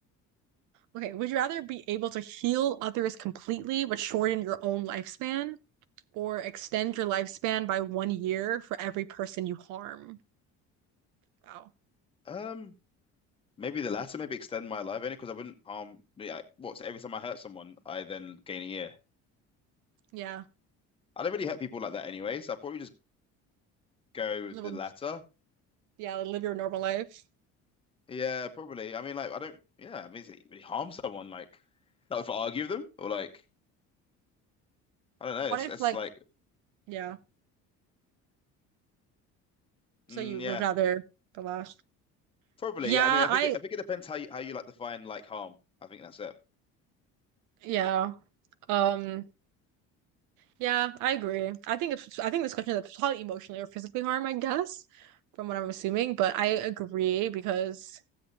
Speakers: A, on the right (about 80°); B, on the left (about 20°).
A: Okay, would you rather be able to heal others completely but shorten your own lifespan, or extend your lifespan by one year for every person you harm? Wow.
B: Um, maybe the latter. Maybe extend my life only because I wouldn't harm. Yeah, I- what? So every time I hurt someone, I then gain a year.
A: Yeah.
B: I don't really hurt people like that anyway, so I'll probably just go
A: Live
B: with the
A: a,
B: latter.
A: yeah, live your normal life.
B: Yeah, probably. I mean, like I don't. Yeah, I mean, is it really harm someone? Like, not if I argue with them or like I don't know.
A: What
B: It's
A: if
B: it's
A: like
B: like
A: yeah, so
B: mm,
A: you would
B: yeah,
A: rather the last?
B: probably.
A: Yeah,
B: Yeah, I mean, I think
A: I
B: it, I think it depends how you how you like define like harm. I think that's it.
A: yeah. Um Yeah, I agree. I think it's I think this question is probably emotionally or physically harm, I guess, from what I'm assuming. But I agree because